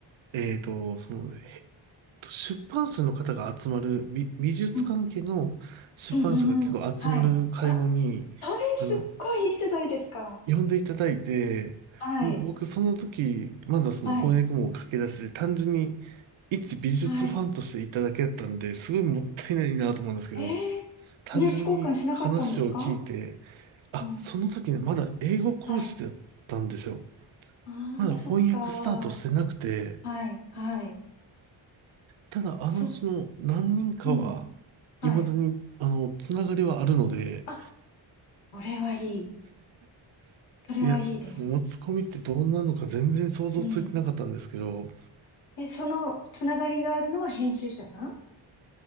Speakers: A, on the right; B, on the left.
A: えっと、その、えっと出版社の方が集まる、美、美術関係の出版社が結構集まる会合に、
B: うん、うん、うん、うんはい。あ、それすっごいいいじゃないですか。
A: あの、呼んでいただいて、
B: はい、
A: もう僕その時、まだその翻訳も駆け出しで、
B: はい、
A: 単純に一美術ファンとしていただけだったんで、
B: はい。
A: すごいもったいないなと思うんですけど、
B: ええ名刺交換しなかったんですか
A: 単純に話を聞いて、あ、
B: うん。
A: その時ね、まだ英語講師だったんですよ。
B: はい。ああ、
A: まだ翻訳スタートしてなくて、
B: そっか。はい、はい。
A: ただあのうちの何人かは、
B: そ、うん、はい。
A: 未だに、あの、つながりはあるので、
B: あ、これはいい。それはいいです。
A: いや、その持ち込みってどんなのか全然想像ついてなかったんですけど、
B: うん。え、そのつながりがあるのは編集者さん